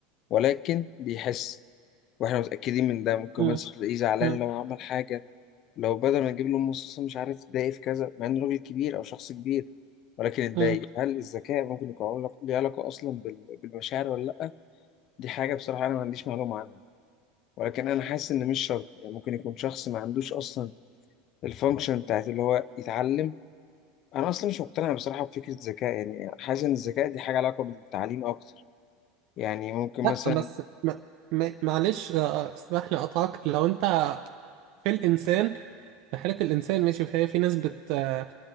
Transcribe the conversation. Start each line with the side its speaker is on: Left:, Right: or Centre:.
Left: ولكن بيحس واحنا متاكدين من ده ممكن
Right: مم.
Left: مثلا تلاقيه زعلان
Right: مم.
Left: لو عمل حاجه لو بدل ما نجيب له مصاصه مش عارف اتضايق في كذا مع انه راجل كبير او شخص كبير ولكن اتضايق
Right: مم.
Left: هل الذكاء ممكن يكون علاق- ليه علاقه اصلا بال- بالمشاعر ولا لا دي حاجه بصراحه انا ما عنديش معلومه عنها ولكن انا حاسس ان مش شرط يعني ممكن يكون شخص ما عندوش اصلا الفانكشن بتاعت اللي هو يتعلم انا اصلا مش مقتنع بصراحه بفكره ذكاء يعني حاسس ان الذكاء دي حاجه علاقه بالتعليم اكتر يعني ممكن
Right: لا
Left: مثلا
Right: بس م... م... معلش آه، آه، اسمح لي اقطعك لو انت في الانسان في حالة الانسان ماشي فهي في ناس بت... آه،